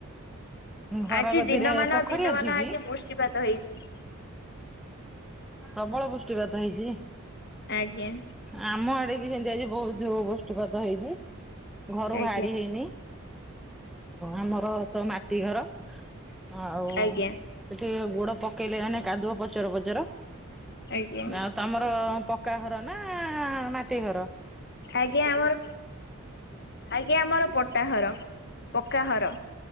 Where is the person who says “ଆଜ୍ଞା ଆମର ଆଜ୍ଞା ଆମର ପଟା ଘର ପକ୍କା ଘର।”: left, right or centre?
Left